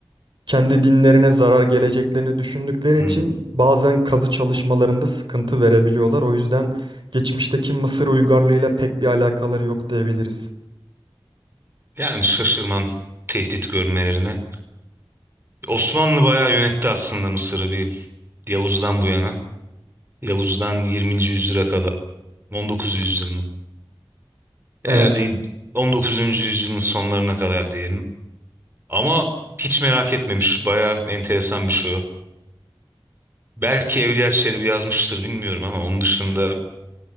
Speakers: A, on the right; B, on the right.
A: kendi dinlerine zarar geleceklerini düşündükleri
B: Hmm.
A: için bazen kazı çalışmalarında sıkıntı verebiliyorlar. O yüzden geçmişteki Mısır uygarlığıyla pek bir alakaları yok diyebiliriz.
B: Yani şaşırmam tehdit görmelerine. Osmanlı bayağı yönetti aslında Mısır'ı bir Yavuz'dan bu yana. Yavuz'dan 20. yüzyıla kadar 19. yüzyılın. Herhalde
A: Evet,
B: 19. yüzyılın sonlarına kadar diyelim. Ama hiç merak etmemiş. Bayağı enteresan bir şey o. Belki Evliya Çelebi yazmıştır bilmiyorum ama onun dışında